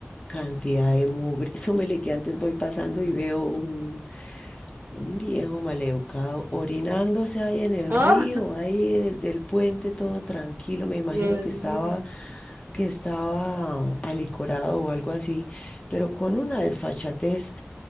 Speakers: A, on the left (about 25°); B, on the right (about 50°).
A: cantidad de mugre. Súmele que antes voy pasando y veo un, un viejo maleducado orinándose ahí en el
B: Ah,
A: río, ahí desde el puente, todo tranquilo. Me imagino
B: Dios
A: que estaba,
B: mío.
A: que estaba alicorado o algo así, pero con una desfachatez.